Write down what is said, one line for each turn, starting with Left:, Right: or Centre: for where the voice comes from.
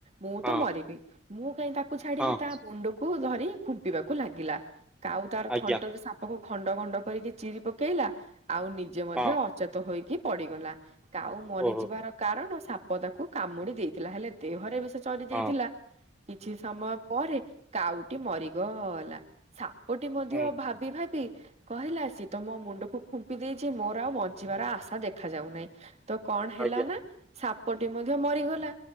Right: ମୁଁ
Centre: ହଁ
Right: ତ ମରିବି ମୁଁ କାଇହିଁ ତାକୁ ଛାଡିବି
Centre: ହଁ
Right: ତା ମୁଣ୍ଡକୁ ଧରି ଖୁମ୍ପିବାକୁ ଲାଗିଲା। କାଉ ତାର
Centre: ଆଜ୍ଞା
Right: ଥଣ୍ଟ ଯେ ସାପକୁ ଖଣ୍ଡ ଖଣ୍ଡ କରିକି ଚିରି ପକେଇଲା। ଆଉ ନିଜେ ମଧ୍ୟ
Centre: ହଁ
Right: ଅଚେତ ହୋଇକି ପଡିଗଲା କାଉ ମରିଯିବାର
Centre: ଓହୋ
Right: କାରଣ ସାପ ତାକୁ କାମୁଡି ଦେଇଥିଲା ହେଲେ ଦେହରେ ବି ସେ ଚରି ଯାଇଥିଲା।
Centre: ହଁ
Right: କିଛି ସମୟ ପରେ କାଉଟି ମରିଗଲା। ସାପଟି ମଧ୍ୟ
Centre: ହଁ
Right: ଭାବି, ଭାବି କହିଲା, ସିଏ ତ ମୋ ମୁଣ୍ଡକୁ ଖୁମ୍ପି ଦେଇଛି ମୋର ଆଉ ବଞ୍ଚିବାର ଆଶା ଦେଖା ଯାଉନାହିଁ। ତ କଣ ହେଲା
Centre: ଆଜ୍ଞା
Right: ନା ସାପଟି ମଧ୍ୟ ମରିଗଲା।